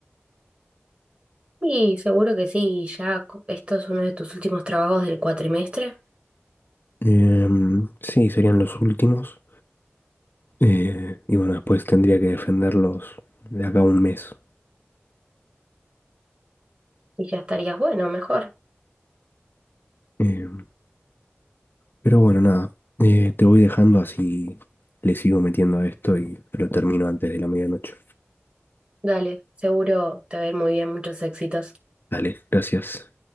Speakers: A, on the right (about 30°); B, on the left (about 50°).
A: Y seguro que sí, ya co- esto es uno de tus últimos trabajos del cuatrimestre.
B: Em, sí, serían los últimos. Eh, y bueno, después tendría que defenderlos de acá a un mes.
A: Y ya estarías bueno, mejor.
B: Em, pero bueno, nada. Eh, te voy dejando así le sigo metiendo a esto y lo termino antes de la medianoche.
A: Dale, seguro te va a ir muy bien, muchos éxitos.
B: Dale, gracias.